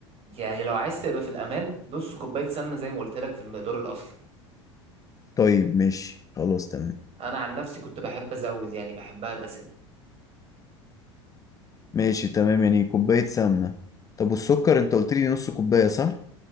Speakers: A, on the right; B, on the left.
A: يعني لو عايز تبقى في الأمان نص كوباية سمنة زي ما قلت لك في المقدار الأصلي
B: طيب ماشي خلاص تمام
A: أنا عن نفسي كنت بحب أزود يعني بحبها دسمة
B: ماشي تمام يعني كوباية سمنة طب والسكر أنت قلت لي نص كوباية صح؟